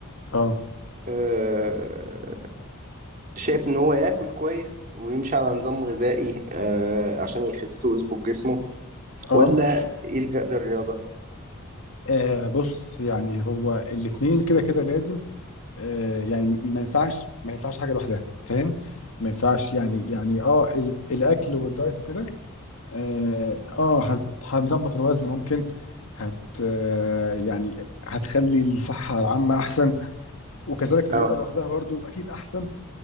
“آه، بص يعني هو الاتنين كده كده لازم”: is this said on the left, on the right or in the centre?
Left